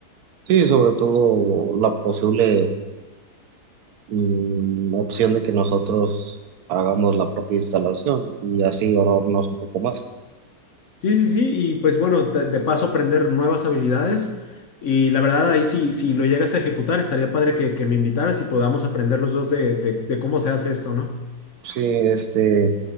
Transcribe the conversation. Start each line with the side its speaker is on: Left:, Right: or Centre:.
Right: Sí, sobre todo la posible mm, opción de que nosotros hagamos la propia instalación y así ahorrarnos un poco más.
Left: Sí, sí, sí, y pues bueno, te- de paso aprender nuevas habilidades y la verdad ahí sí, si lo llegas a ejecutar, estaría padre que, que me invitaras y podamos aprender los dos de, de de cómo se hace esto, ¿no?
Right: Sí, este,